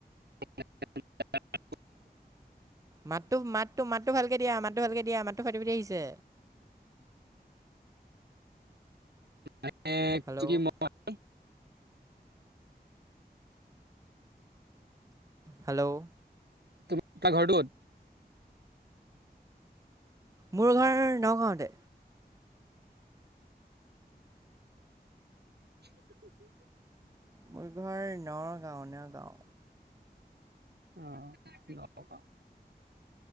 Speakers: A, on the right; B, on the right.
A: <unintelligible>
B: মাততো মাততো মাততো ভালকে দিয়া মাততো ভালকে হ'ব দিয়া মাতো ফাটি ফাটি আহিছে।
A: <inaudible> ম
B: হেল্ল'
A: <unintelligible>
B: হেল্ল'
A: তুমা ঘৰটো ক'ত
B: মোৰ ঘৰ নগাঁওঁতে।
A: হু, হু
B: মোৰ ঘৰ নগাঁও নগাঁও।
A: অ' নগাঁও